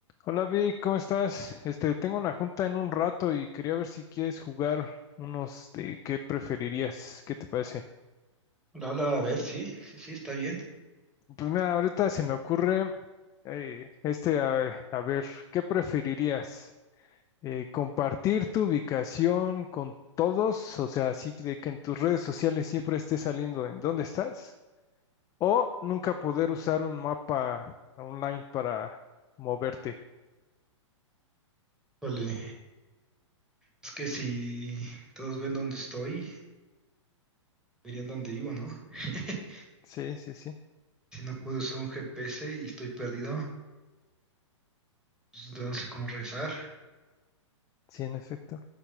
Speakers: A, on the left; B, in the centre.
A: Hola Vic, ¿cómo estás? Este, tengo una junta en un rato y quería ver si quieres jugar unos de qué preferirías, ¿qué te parece?
B: Hola, hola, a ver, sí, sí, sí, está bien.
A: Pues mira, ahorita se me ocurre eh, este, a, a ver, ¿qué preferirías? Eh, ¿compartir tu ubicación con todos? O sea, así de que en tus redes sociales siempre esté saliendo de en dónde estás, o nunca poder usar un mapa online para moverte.
B: Híjole, es que si todos ven dónde estoy, verían dónde vivo, ¿no? <laughs>
A: Sí, sí, sí,
B: Si no puedo usar un GPS y estoy perdido, pues, no sé cómo regresar.
A: sí, en efecto.